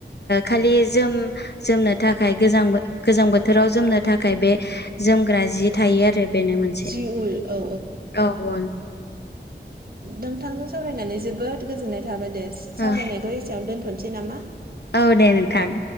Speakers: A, on the left (about 65°); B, on the right (about 55°).
A: खालि जोम जोमनो थाखाय गोजां गोजां बोथोराव जोमनो थाखाय बे जोमग्रा जि थायो आरो बेनो मोनसे
B: जि उल औ
A: औ औ।
B: नोंथांजों सावरायनानै जोबोद गोजोननाय थाबाय दे सावरायनायखौ
A: औ
B: एसेयावनो दोनथ'नोसै नामा।
A: औ दे नोंथां